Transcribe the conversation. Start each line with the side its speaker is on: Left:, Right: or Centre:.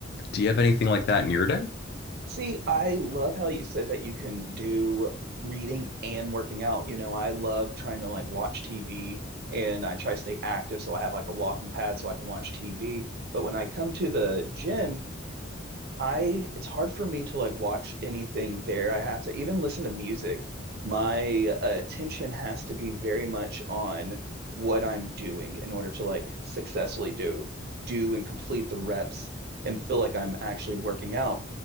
Left: Do you have anything like that in your day?
Right: See, I love how you said that you can do reading and working out. You know, I love trying to like watch TV and I try to stay active. So I have like a walking pad so I can watch TV. But when I come to the gym, I it's hard for me to like watch anything there. I have to even listen to music. My uh, attention has to be very much on what I'm doing in order to like successfully do do and complete the reps and feel like I'm actually working out